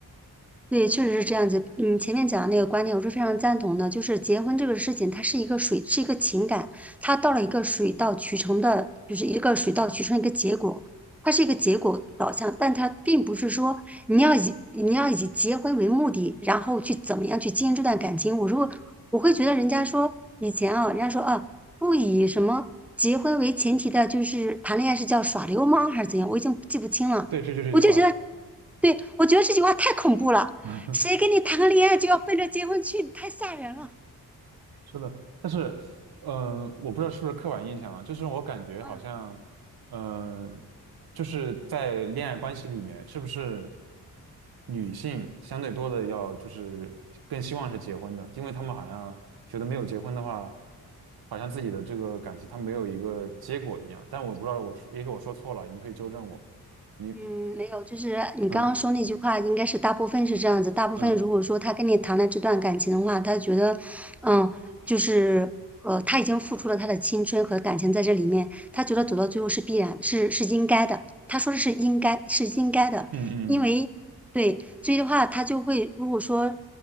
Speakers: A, in the centre; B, on the right (about 70°).
A: 对，确实是这样子。嗯，前面讲的那个观点，我是非常赞同的。就是结婚这个事情，它是一个水，是一个情感，它到了一个水到渠成的，就是一个水到渠成的一个结果，它是一个结果导向，但它并不是说你要以你要以结婚为目的，然后去怎么样去经营这段感情。我说我会觉得人家说以前啊，人家说啊，不以什么结婚为前提的，就是谈恋爱是叫耍流氓还是怎样，我已经记不清了。
B: 对，这就这句话。
A: 我就觉得，对，我觉得这句话太恐怖了。
B: <laughs>
A: 谁跟你谈个恋爱就要奔着结婚去？太吓人了
B: 是的，但是，嗯、我不知道是不是刻板印象啊，就是我感觉好像，
A: 啊！
B: 嗯、就是在恋爱关系里面，是不是女性相对多的要就是更希望是结婚的，因为他们好像觉得没有结婚的话，好像自己的这个感情它没有一个结果一样。但我不知道我说，也许我说错了，你可以纠正我。你，
A: 嗯，没有，就是你刚刚说那句话，
B: 嗯
A: 应该是大部分是这样子。大部分如果说他跟你谈了这段感情的话，
B: 嗯
A: 他觉得，嗯，就是呃，他已经付出了他的青春和感情在这里面，他觉得走到最后是必然，是是应该的。他说的是应该，是应该的，
B: 嗯嗯，
A: 因为对，所以的话，他就会如果说